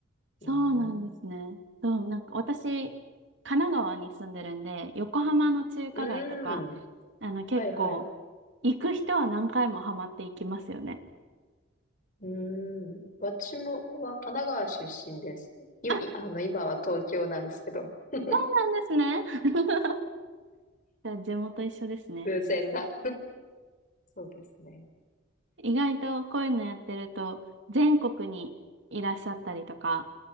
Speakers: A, on the right; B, on the left.
A: そうなんですね。
B: うーん。
A: そう、なんか私、神奈川に住んでるんで、横浜の中華街とか、
B: うーん。
A: あの結構、
B: はいはい。
A: 行く人は何回もハマっていきますよね。
B: うーん。私もは神奈川出身です。い、
A: あ、そ
B: いあの、今は東京なんですけど。<laughs>
A: うなんですね。<laughs> じゃあ地元一緒ですね。
B: 偶然だ。そうですね。
A: 意外とこういうのやってると、全国にいらっしゃったりとか、